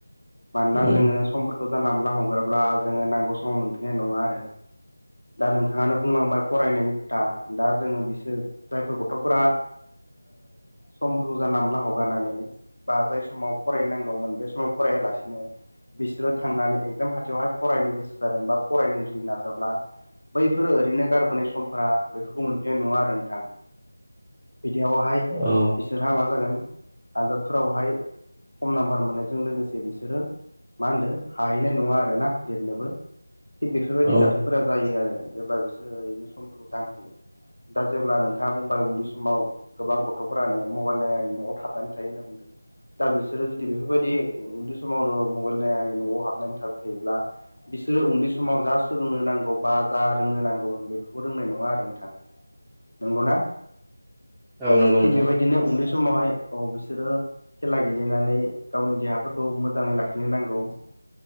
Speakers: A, on the left; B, in the centre.
A: मानोना
B: उम
A: जों समफोरखौ जानला मोनला हगार अब्ला जोङो नांगौ समाव मोनफैनाय नङा आरो। दा नोंथाङानो बुंलांबाय फरायनायनि खोथा दा जोङो बिसोर जायफोर गथ'फोरा समफोरखौ जानला मोनला हगारनानै बा जाय समाव फरायनांगौमोन बे समाव फरायालासिनो बिसोरो थांनानै एगजाम खाथि बिवहाय फरायनो गोसो जादों बा फरायनो जुदि नाजाब्ला बैफोर ओरैनो गारबोनाय समफोरा बेफोरखौ मोनफिनाय नङा आरो नोंथां। बिदियावहाय
B: औ
A: बिसोरहा मा जागोन आनजादफोरावहाय खम नाम्बार मोननायजों लोगोसे बिसोरो मा होनदों हाहैनाय नङा आरो। आरो ना लेरनोबो थिग बेफोरबायदि
B: औ
A: जाथायफोरा जायो आरो। जेब्ला बिसोरो ओरैनो समफोरखौ दांहोयो । दा जेब्ला नोंथाङा बुंबाय उन्दै समाव गोबां गथ'फोरानो मबाइल नाय न'आव थाबनानै थ होनना बुंदों दा बिसोरो जुदि बेफोरबायदि उन्दै समावनो मबाइल नायनानै न'आव हाबनानै थाब हैैब्ला बिसोरो उन्दै समाव जा सोलोंनो नांगौ बा जा रोंनो नांगौमोन बेफोरखौ रोंनाय नङा आरो नोंथां। नंगौना
B: औ नंगौ नोंथां
A: थिग बेबायदिनो उंलिस समावहाय औ बिसोरो खेला गेलेनानै गावनि देहाफोरखौ मोजाङै लाखिनो नांगौ। <inaudible>